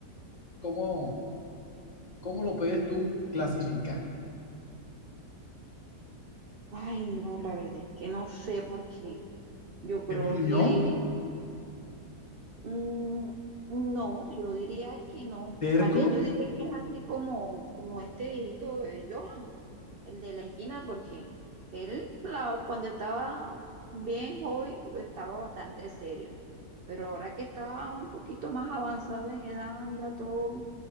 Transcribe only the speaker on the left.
¿cómo, cómo lo puedes tú clasificar?
¿Es gruñón?
¿Terco?